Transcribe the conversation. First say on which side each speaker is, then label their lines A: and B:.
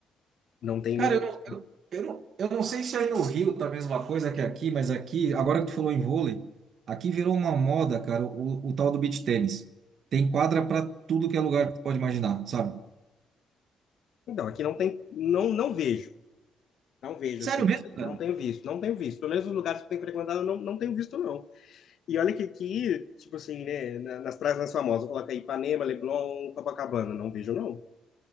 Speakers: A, on the left; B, on the right.
A: Não tem
B: Cara,
A: nenhum.
B: eu não, eu, eu não, eu não sei se aí no Rio tá a mesma coisa que aqui, mas aqui, agora que tu falou em vôlei, aqui virou uma moda, cara, o, o tal do beach tênis. Tem quadra pra tudo que é lugar que tu pode imaginar, sabe?
A: Então, aqui não tem. Não, não vejo. Não vejo,
B: Sério
A: assim.
B: mesmo, cara?
A: Não tenho visto. Não tenho visto. Pelo menos os lugares que eu tenho frequentado, eu não, não tenho visto, não. E olha que aqui, tipo assim, né, na- nas praias mais famosas, coloca aí Ipanema, Leblon, Copacabana. Não vejo, não.